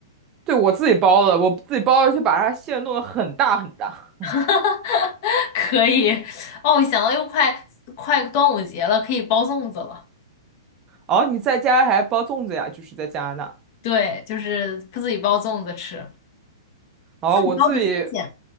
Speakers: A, on the right; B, on the left.
A: 对我自己包的，我自己包的就把它馅弄得很大很大。
B: <laughs> 可以。哦，我想到又快快端午节了，可以包粽子了。
A: 哦，你在家还包粽子呀？就是在加拿大。
B: 对，就是自己包粽子吃，
A: 哦，
B: 自己包的新鲜。
A: 我自己，